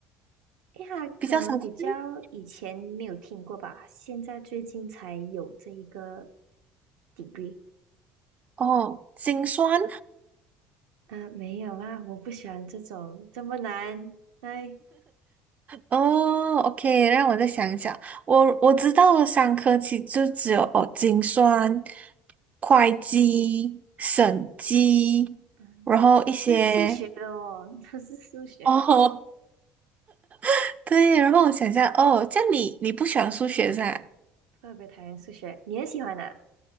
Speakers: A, on the right (about 75°); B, on the right (about 35°).
A: 因为它可能比较以前没有听过吧，
B: 比较少见。
A: 现在最近才有这一个 degree。
B: 哦，精酸，
A: 嗯，没有啊，我不喜欢这种这么难。哎，
B: 哦，OK，让我再想一想，我我知道的三科其实就只有哦，精算、会计、审计，
A: 嗯，
B: 然后一些
A: 都是数学的哦，<laughs> 都是数学，
B: 哦，<laughs> 对，然后我想一下，哦，这样你你不喜欢数学是吧？
A: 特别讨厌数学。你也喜欢的？